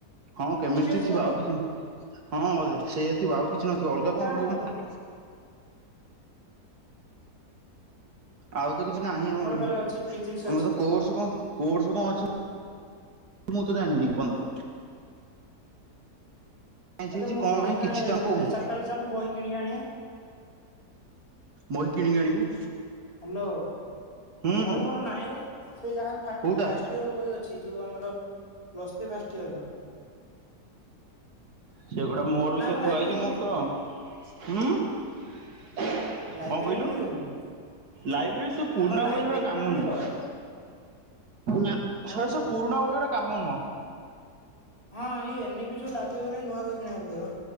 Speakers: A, on the right; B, on the left.
A: ହଁ କେମିଷ୍ଟ୍ରି
B: ଅଛି
A: ଥିବ
B: କାଲି
A: ଆଉ କିଛି ନ ହଁ ବୋଧେ ସେ ଥିବ ଆଉ କିଛି ନଥିବ ଅଲଗା
B: ତୋ ଫ୍ୟାନ୍
A: କଣ
B: ଟା
A: ରହିବନି
B: ବନ୍ଦ କରିଦେଲୁ।
A: ଆଉ ତ କିଛି ନାହିଁ ଆମର
B: କାଲି
A: ବି ଆମର
B: ଅଛି ଫିଜିକ୍ସ ଅଛି
A: ତ କୋର୍ସ କଣ? କୋଶ କଣ ଅଛ ମୁଁ ତ ଜାଣିନି ଏପନ୍ତ। ସାଇନ୍ସ
B: ଆ
A: ହେଇଛି
B: ଯୋଉ ମୁ
A: କଣ
B: ବହି
A: ନାହିଁ
B: କିଣା
A: କିଛି
B: ଯାଇଥାନ୍ତେ
A: ତ ଆମକୁ କହୁନାହାନ୍ତି
B: ଚାରିଟାବେଳେ ଚାଲୁନୁ ବହି କିଣିକ ଆଣିବା।
A: ବହି କିଣିକି ଆଣିବୁ।
B: ହ୍ୟାଲୋ
A: ହୁଁ
B: ବହି ମୋର ନାହିଁ ବା ସେ ଯାହା ଫାଷ୍ଟ
A: କୋଉଟା
B: ଫାଷ୍ଟ ଦ୍ୱିତୀୟ ର ବହି ଅଛି ଯୋଉ ଆମର ପ୍ଲସ୍ ଥ୍ରୀ ଫାଷ୍ଟ ଇୟର।
A: ସେଗୋଟା ମୋର ବି
B: ନା ଆମ
A: ତ ଥୁଆଇଛି
B: ଲାଇବ୍ରେରୀ
A: ମୋର
B: ମିଳିବ
A: ତ ହୁଁ ହଁ
B: ଲାଇବ୍ରେରୀରେ
A: କହିଲୁ
B: ମିଳିବ କି?
A: ଲାଇବ୍ରେରୀ ସବୁ ପୁରୁଣା
B: ଆମ ଲାଇବ୍ରେରୀରେ
A: ବ ହିଁ ଧରା କାମ
B: ମିଳିବ
A: ନୁହଁ? ନା
B: ଆଁ
A: ସେ ପୁରୁଣା ବହି ଗୁରା କାମ ନୁହଁ
B: ହଁ ଇ ଏନଇି ଯଉ ଲାଗିବଗଲା ନୂଆ ବହି କିଣିବାକୁ ପଡିବ